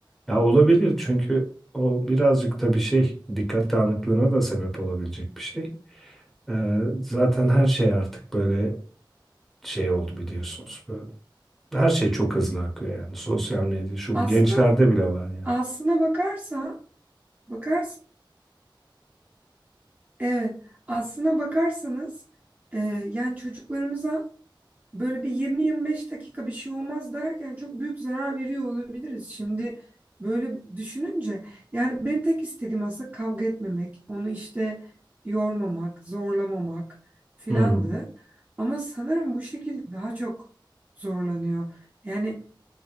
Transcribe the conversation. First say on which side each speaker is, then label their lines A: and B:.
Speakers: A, in the centre; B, on the right.
A: Ya olabilir çünkü o birazcık da bir şey dikkat dağınıklığına da sebep olabilecek bir şey. Ee, zaten her şey artık böyle şey oldu biliyorsunuz. Böyle, her şey çok hızlı akıyor yani sosyal medya şu
B: Aslına
A: bu gençlerde bile var yani.
B: aslına bakarsa bakars evet aslına bakarsanız e, yani çocuklarımıza böyle bir 20-25 dakika bir şey olmaz derken çok büyük zarar veriyor olabiliriz. Şimdi böyle düşününce yani benim tek istediğim aslında kavga etmemek, onu işte yormamak, zorlamamak filandı.
A: Hı.
B: Ama sanırım bu şekilde daha çok zorlanıyor. Yani